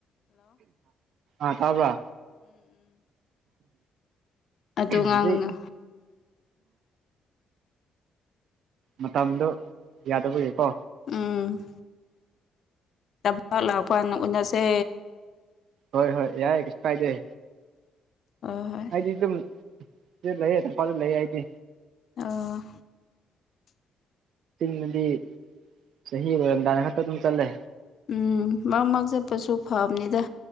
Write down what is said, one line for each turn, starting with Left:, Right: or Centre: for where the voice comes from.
Right: ꯑ ꯇꯥꯕ꯭ꯔꯥ
Left: ꯑꯣ ꯉꯥꯡꯅꯨ
Right: ꯍꯧꯖꯤꯛ ꯃꯇꯝꯗꯣ ꯌꯥꯗꯕ ꯌꯥꯀꯣ
Left: ꯑꯝ ꯇꯕꯥ ꯂꯥꯛꯄ ꯎꯟꯅꯁꯦ
Right: ꯍꯣꯏ ꯍꯣꯏ ꯌꯥꯏ ꯀꯁꯨ ꯀꯥꯏꯗꯦꯏ
Left: ꯍꯣꯏ ꯍꯣꯏ
Right: ꯑꯗꯤ ꯑꯗꯨ ꯂ ꯐꯔ ꯂ ꯍꯥꯏꯗꯤ
Left: ꯑꯣ
Right: ꯅꯗꯤ ꯁꯕꯗꯥꯔ ꯈꯠꯇ ꯑꯗꯨ ꯆꯜꯂꯦ
Left: ꯎꯝ ꯃꯪ ꯃꯛ ꯆꯠꯄꯁꯨ ꯐꯕꯅꯤꯗ